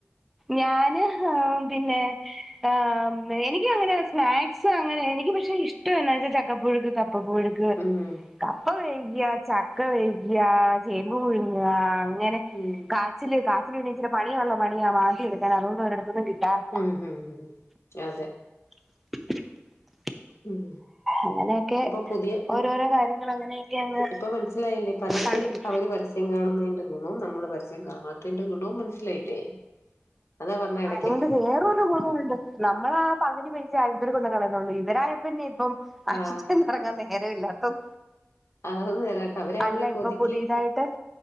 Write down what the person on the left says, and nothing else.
ഉം
ഉം
ഉം ഉം അതെ
ഉം
ഇപ്പൊ പുതിയ പു
ഇപ്പൊ മനസിലായില്ലേ പരസ്യം
അവര് പരസ്യ രസ്യം കാണുന്നതിന്റെ ഗുണും നമ്മള് പരസ്യം കാണാത്തതിന്റെ ഗുണവും മനസ്സിലായില്ലേ അതാ പറഞ്ഞ ഇടക്കൊക്കെ
ആഹ്
അതൊന്ന് തരാട്ടോ അവര്
അവര് കൊതിക്ക്